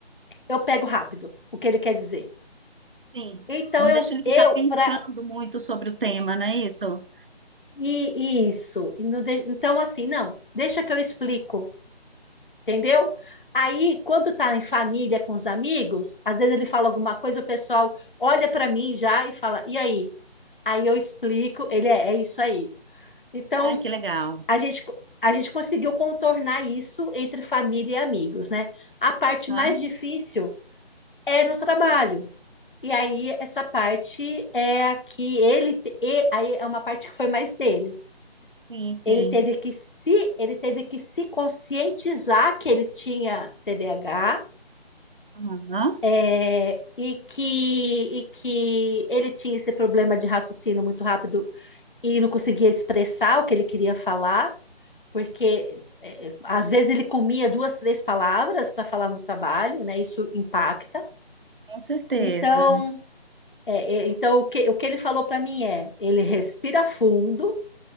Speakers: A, on the left (about 55°); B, on the right (about 55°).
A: eu pego rápido o que ele quer dizer.
B: sim.
A: Então
B: Não
A: eu,
B: deixa ele ficar
A: eu
B: pensando
A: para
B: muito sobre o tema, não é isso?
A: e, e isso. Então assim, não, deixa que eu explico. entendeu? Aí, quando tá em família com os amigos, às vezes ele fala alguma coisa, o pessoal olha para mim já e fala: "E aí?". Aí eu explico, ele é, é isso aí. Então,
B: Ai, que legal.
A: a gente a gente conseguiu contornar isso entre família e amigos, né? A parte
B: Tá?
A: mais difícil é no trabalho. E aí essa parte é a que ele te- e aí é uma parte que foi mais dele.
B: Sim, sim.
A: Ele teve que se ele teve que se conscientizar que ele tinha TDAH
B: Aham,
A: É, e que, e que ele tinha esse problema de raciocínio muito rápido e não conseguia expressar o que ele queria falar, porque é, às vezes ele comia duas, três palavras para falar no trabalho, né? Isso impacta.
B: com certeza.
A: Então, é, é, então o que, o que ele falou para mim é: ele respira fundo,